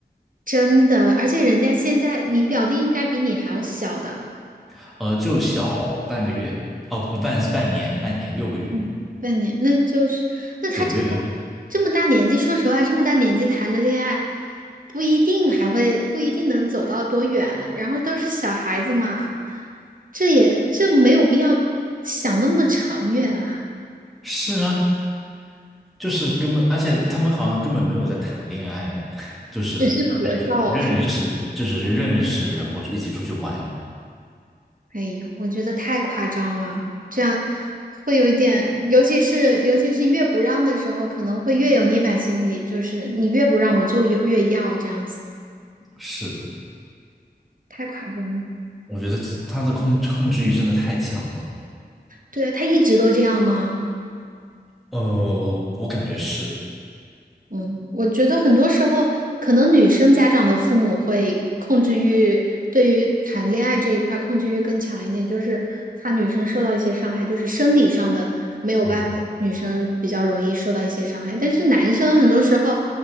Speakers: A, on the right (about 55°); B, in the centre.
A: 真的，而且人家现在你表弟应该比你还要小的，
B: <laughs> 呃，就小半个月，哦不，半半年，半年六个月，
A: 嗯，半年，那就是，那他这么这么大年纪，
B: 九月。
A: 说实话，这么大年纪谈的恋爱，不一定还会，不一定能走到多远。然后都是小孩子嘛，这也这没有必要想那么长远啊，
B: 是啊，就是根本，而且他们好像根本没有在谈恋爱，<laughs> 就是哎认识，
A: 只是合照是吧？
B: 就只是认识，然后一起出去玩。
A: 哎呦，我觉得太夸张了，这样会有一点，尤其是尤其是越不让的时候，可能会越有逆反心理，就是你越不让，我就有越要这样子，
B: 是，
A: 太夸张了。
B: 我觉得这他的控控制欲真的太强了。
A: 对，啊，他一直都这样吗？
B: 呃，我感觉是。
A: 嗯，我觉得很多时候，可能女生家长的父母会控制欲，对于谈恋爱这一块儿控制欲更强一点，就是怕女生受到一些伤害，就是生理上的没有办法，
B: 嗯，
A: 女生比较容易受到一些伤害。但是男生很多时候，